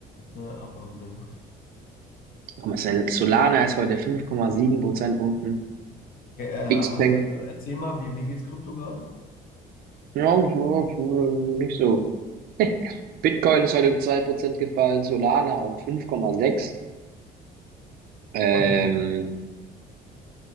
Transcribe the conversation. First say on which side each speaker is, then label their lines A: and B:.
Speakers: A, on the left; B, on the right.
A: ne, aber na gut.
B: Guck mal, Sol- Solana ist heute 5,7 Prozentpunkten.
A: Okay, äh, hast,
B: Xpeng,
A: äh, erzähl mal, wie, wie geht's Krypto gerade?
B: ja, ja, ja, nicht so. <laughs> Bitcoin ist heute um 2 Prozent gefallen, Solana um 5,6. Ähm,
A: Ordentlich.